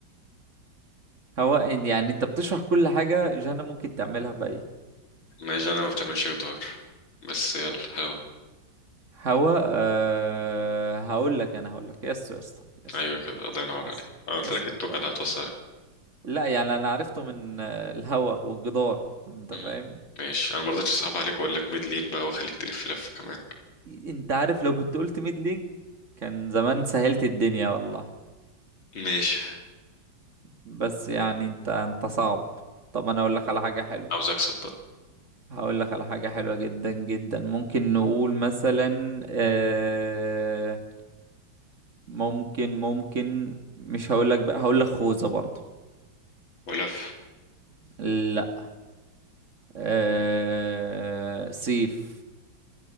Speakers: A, on the right (about 40°); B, on the left (about 80°).
A: هواء إن- يعني انت بتشرح كل حاجة جهنم ممكن تعملها بقى
B: ماشي أنا ما بتعملش جدار بس يلا هوا
A: هواء آه هقول لك انا هقول لك يس يا اسطى يس
B: أيوة كده الله ينور
A: يس
B: عليك أنا قلت
A: يس
B: لك
A: انت
B: التوكة
A: يعني.
B: اللي هتوصلك
A: لا يعني انا عرفته من آه، الهوا والجدار انت
B: مم.
A: فاهم
B: ماشي أنا مرضتش أصعب عليك وأقول لك ميد لين بقى وأخليك تلف لف كمان
A: انت عارف لو كنت قلت ميد لينك كان زمان سهلت الدنيا والله
B: ماشي
A: بس يعني انت انت صعب طب انا اقول لك على حاجة حلوة
B: عاوز أكسب بقى
A: هقول لك على حاجة حلوة جدا جدا ممكن نقول مثلا آه ممكن ممكن مش هقول لك بقى هقول لك خوذة برضه
B: ولف
A: لا آه سيف